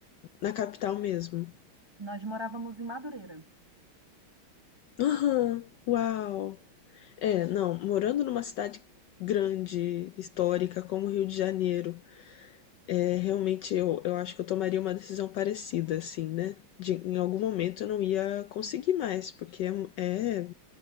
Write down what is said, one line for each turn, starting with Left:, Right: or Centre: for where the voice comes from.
Left: Na capital mesmo?
Right: Nós morávamos em Madureira.
Left: Aham, uau. É, não, morando numa cidade grande, histórica, como o Rio de Janeiro, é, realmente eu, eu acho que eu tomaria uma decisão parecida, assim, né? De, em algum momento eu não ia conseguir mais, porque é, é,